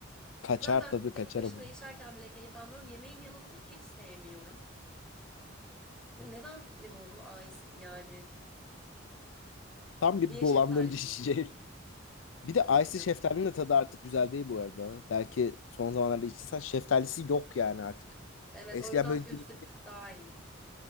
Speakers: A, on the left (about 80°); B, in the centre.
A: Kaçar
B: Zaten
A: tabii
B: tek
A: kaçarım.
B: başına
A: ben.
B: içerken bile keyif almıyorum. Yemeğin yanında hiç sevmiyorum. Ne- Neden limonlu iced tea yani?
A: Tam bir
B: Niye
A: dolandırıcı
B: şeftali değil?
A: <laughs> içecek. Bir de
B: Tabii
A: Icy
B: canım.
A: şeftalinin de tadı artık güzel değil bu arada. Belki son zamanlarda içtiysen şeftalisi yok yani artık.
B: Evet
A: Eskiden
B: o yüzden
A: böyle
B: Fuse'da
A: dilime,
B: bir tık daha iyi.